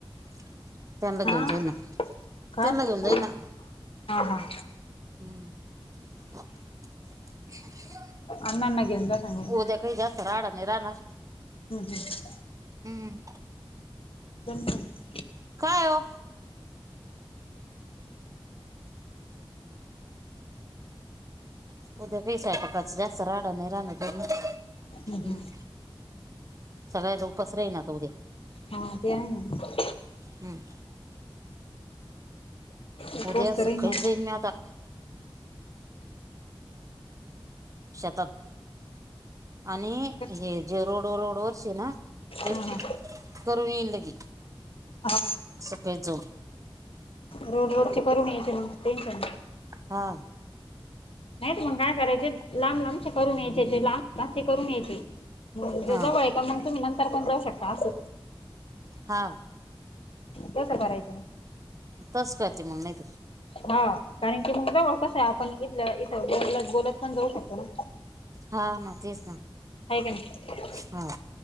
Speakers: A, on the right; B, on the left.
A: <unintelligible> त्यांना घेऊन
B: हा
A: जाईल ना.
B: काय?
A: त्यांना घेऊन जाईन ना
B: हां हां.
A: हम्म. <unintelligible>
B: अण्णांना घेऊन जा सांगून
A: उद्या काही जास्त राडा नाही राहणार.
B: हम्म हम्म.
A: हम्म.
B: <unintelligible>
A: काय ओ? उद्या काही सयपाकाचा जास्त राडा नाही राहणार बरं,
B: हम्म
A: हं.
B: हम्म
A: सगळ्यांला उपास राहीन आता उद्या.
B: हा ते आहे ना.
A: हम्म.
B: उपवास
A: उद्या
B: तर राहील
A: सकळीच
B: मग
A: जाईन मी आता शेतात, आणि
B: हा
A: हे जे रोड रोड वरचे ना करून
B: हा
A: येईन लगे,
B: हा
A: सकाळीच जाऊन.
B: रोड रोडचे करून यायचे मग टेन्शन नाही.
A: हां.
B: नाही तर मग काय करायचे, लांब लांबचे करून यायचे, ते लांब लांब ते करून यायचे. ज्या
A: हा
B: जवळय का म्हं तुम्ही नंतर पण जाऊ शकता असं.
A: हां.
B: तसं करायचं ना.
A: तसं करते मग नाहीतर.
B: हां, कारण की मग जवळ कसं आहे, आपण इथलं इथ बोल बोलत पण जाऊ शकतो ना.
A: हां ना तेच ना.
B: हाय क नाही.
A: हां.